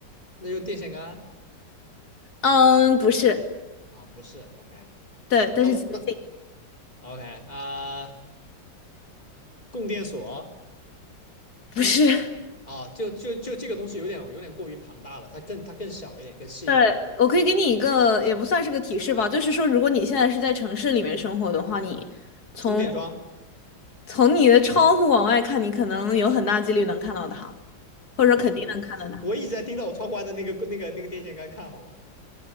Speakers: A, on the left; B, on the left.
A: 那就电线杆
B: 嗯，不是，
A: 啊，不是，OK，
B: 对，但是接近，
A: 那我那 OK 啊、供电所
B: 不是。
A: 啊，就就就这个东西有点有点过于庞大了，它更它更小一点，更细一点，
B: 对，<laughs> 我可以给你一个，也不算是个提示吧，就是说，如果你现在是在城市里面生活的话，你从
A: 充电桩，
B: 从你的窗户往外看，你可能有很大几率能看到它，或者说肯定能看到它。
A: 我这我我一直在盯着我窗户外的那个那个那个电线杆看，好吧？